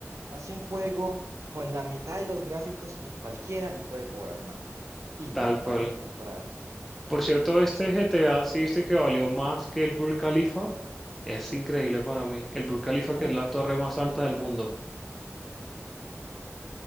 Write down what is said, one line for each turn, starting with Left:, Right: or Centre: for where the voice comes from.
Right: Hace un juego con la mitad de los gráficos que cualquiera y puede cobrar más. Y
Centre: tal
Right: los
Centre: cual.
Right: van a comprar.
Centre: Por cierto, este GTA, ¿sí viste que valió más que el Burj Khalifa? Es increíble para mí. El Burj Khalifa,
Right: Puf,
Centre: que es la torre más alta del mundo.